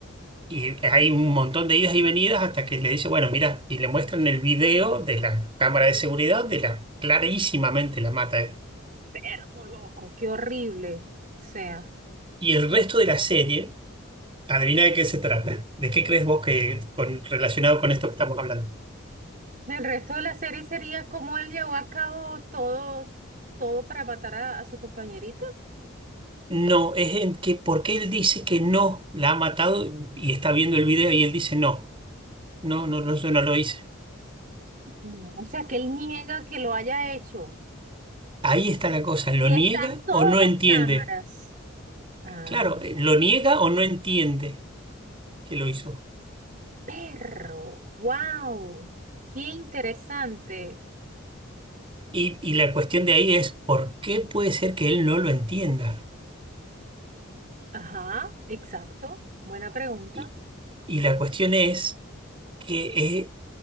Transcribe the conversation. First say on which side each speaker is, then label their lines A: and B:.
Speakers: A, on the right; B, on the right.
A: Y hay un montón de idas y venidas hasta que le dice, bueno, mira, y le muestran el video de la cámara de seguridad de la clarísimamente la mata. él.
B: Enfermo, loco, qué horrible. O sea,
A: Y el resto de la serie, adivina de qué se trata. ¿De qué crees vos que con- relacionado con esto que estamos hablando?
B: el resto de la serie sería cómo él llevó a cabo todo, todo para matar a, a su compañerita.
A: No, es en que porque él dice que no la ha matado y está viendo el video y él dice no, no, no, no, yo no lo hice.
B: No, o sea, que él niega que lo haya hecho.
A: Ahí está la cosa, ¿lo
B: Y
A: niega
B: están todas
A: o no
B: las
A: entiende?
B: cámaras. Ah,
A: Claro, eh, lo niega o no entiende que lo hizo.
B: perro, wow, qué interesante.
A: Y, y la cuestión de ahí es, ¿por qué puede ser que él no lo entienda?
B: Ajá, exacto. Buena pregunta.
A: Y, y la cuestión es que eh,